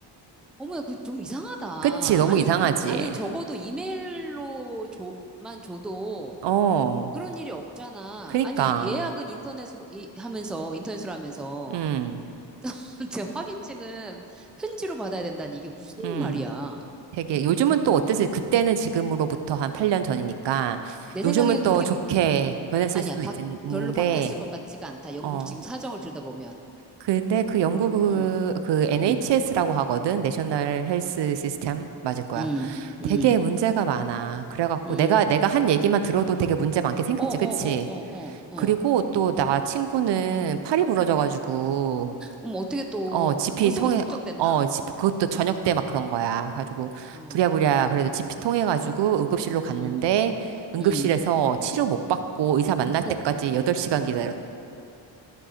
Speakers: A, in the centre; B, on the right.
A: 어머야, 그 좀 이상하다.
B: 그치, 너무
A: 아니,
B: 이상하지.
A: 아니, 적어도 이메일로 줘, 만 줘도
B: 어,
A: 그런 일이 없잖아.
B: 그니까.
A: 아니, 예약은 인터넷으로 이, 하면서, 인터넷으로 하면서.
B: 음,
A: <laughs> 제 확인증은 편지로 받아야 된다니, 이게 무슨
B: 음.
A: 말이야.
B: 되게, 요즘은 또 어땠을, 그때는 지금으로부터 한 8년 전이니까,
A: 내
B: 요즘은
A: 생각엔
B: 또
A: 그렇게,
B: 좋게 변했을
A: 아니야,
B: 수도
A: 바,
B: 있는데,
A: 별로 바뀌었을 것 같지가 않다. 영국
B: 어.
A: 지금 사정을 들여다보면.
B: 근데 그 영국 그,
A: 음,
B: 그 NHS라고
A: 음,
B: 하거든? 내셔널 헬스 시스템? 맞을 거야.
A: 음,
B: 되게
A: 음,
B: 문제가 많아. 그래갖고
A: 음.
B: 내가, 내가 한 얘기만 들어도 되게 문제 많게 생겼지,
A: 어, 어,
B: 그치?
A: 어, 어, 어,
B: 그리고
A: 어.
B: 또 나 친구는 팔이 부러져가지고,
A: 어머, 어떻게 또,
B: 어, 지피
A: 벌써부터
B: 통해,
A: 걱정된다.
B: 어, 지 그것도 저녁 때 막 그런 거야. 가지고,
A: 어,
B: 부랴부랴, 그래도 지피 통해가지고 응급실로 갔는데,
A: 음,
B: 응급실에서
A: 음.
B: 치료 못 받고 의사 만날 때까지
A: 어,
B: 8시간 기다렸다.